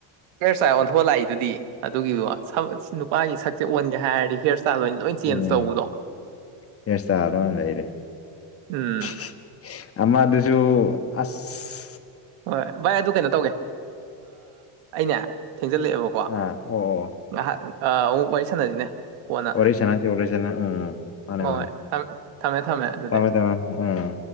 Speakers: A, on the right; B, on the left.
A: ꯍꯤꯌꯔ ꯏꯁꯇꯥꯏꯜ ꯑꯣꯟꯊꯣꯛꯑ ꯂꯥꯛꯏꯗꯨꯗꯤ ꯑꯗꯨꯒꯤꯕꯣ ꯁꯝ ꯅꯨꯄꯥꯒꯤ ꯁꯛꯁꯦ ꯑꯣꯟꯒꯦ ꯍꯥꯏꯔꯗꯤ ꯍꯤꯌꯔ ꯏꯁꯇꯥꯏꯜ <unintelligible>
B: ꯎꯝ ꯍꯦꯌꯔ
A: ꯇꯧꯕꯗꯣ
B: ꯍꯦꯌꯔ ꯏꯁꯇꯥꯏꯜꯗ ꯑꯣꯏꯅ ꯂꯩꯔꯦ
A: ꯎꯝ
B: <unintelligible> ꯑꯃꯥ ꯑꯗꯨꯁꯨ ꯑꯁ
A: ꯍꯣꯏꯣꯏ ꯚꯥꯏ ꯑꯗꯨ ꯀꯩꯅꯣ ꯇꯧꯒꯦ ꯑꯅꯦ ꯊꯦꯡꯖꯜꯂꯛꯑꯦꯕꯀꯣ
B: ꯑ ꯑꯣ ꯑꯣ
A: ꯉꯥꯏꯍꯥꯛ ꯑꯃꯨꯛ ꯋꯥꯔꯤ ꯁꯥꯟꯅꯁꯤꯅꯦ ꯀꯣꯟꯅ
B: ꯋꯥꯔꯤ ꯁꯥꯟꯅꯁꯤ ꯋꯥꯔꯤ ꯁꯥꯟꯅ ꯎꯝ ꯃꯥꯅꯦ
A: ꯍꯣꯏ
B: ꯃꯥꯅꯦ
A: ꯊ ꯊꯝꯃꯦ ꯊꯝꯃꯦ ꯑꯗꯨꯗꯤ
B: ꯇꯥꯃꯦ ꯇꯥꯃꯦ ꯑꯥ